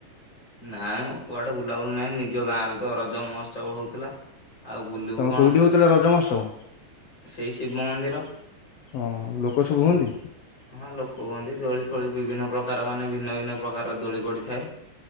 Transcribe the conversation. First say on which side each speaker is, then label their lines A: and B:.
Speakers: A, on the left; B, on the left.
A: ନାଇଁ ମୋ କୁଆଡେ ବୁଲାବୁଲି ନାହିଁ ନିଜ ଗାଁରେ ତ ରଜ ମହୋତ୍ସବ ହଉଥିଲା। ଆଉ ବୁଲିବୁ
B: ତମ
A: କଣ
B: କେଉଁଠି ହେଉଥିଲା ରଜ ମହୋତ୍ସବ?
A: ସେଇ ଶିବ ମନ୍ଦିର।
B: ହଁ ଲୋକ ସବୁ ହୁଅନ୍ତି?
A: ହଁ ଲୋକ ହୁହନ୍ତି ଦୋଳି ଫୋଳି ବିଭିନ୍ନ ପ୍ରକାର ମାନେ ଭିନ୍ନ ଭିନ୍ନ ପ୍ରକାରର ଦୋଳି ପଡିଥାଏ।